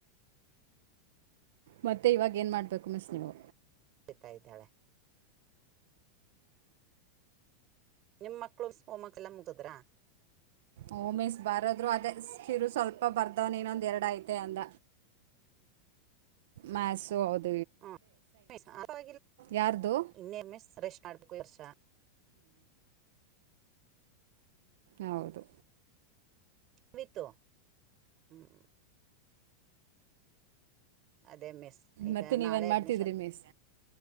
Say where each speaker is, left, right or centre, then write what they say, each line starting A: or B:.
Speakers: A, on the right; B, on the right.
A: ಮತ್ತೆ ಇವಾಗ ಏನ್ ಮಾಡ್ಬೇಕು ಮಿಸ್ ನೀವು
B: ಹತಾ ಇದ್ದಾಳೆ ನಿಮ್ಮ ಮಕ್ಳು ಮೋಮ್ಮಕ್ಕೆಲ್ಲ ಮುಗಿದ್ರಾ
A: ಓ ಮಿಸ್ ಬಾರದ್ರು ಅದೇ ಕಿರು ಸ್ವಲ್ಪ ಅಪ್ಪ ಬರ್ದವನ ಇನೊಂದ ಎರಡು ಐತೆ ಅಂದ ಮಸುೌದು
B: ಹ ಮ
A: ಯಾರ್ದು
B: ಇನ್ನೇ ಮೀ್ ರೆಸ್ ಮಾಡ್ಬೇಕು ವರ್ಷ
A: ಹೌದು
B: ನಿತ್ತು ಹ್ಮ್ ಅದೇ ಮ್ ಈ
A: ಮತ್ತೆ ನೀವೇನು
B: ನಾಳೆ
A: ಮಾಡ್ತಿದ್ರಿ
B: ಅಡ್ಮ
A: ಮಿಸ್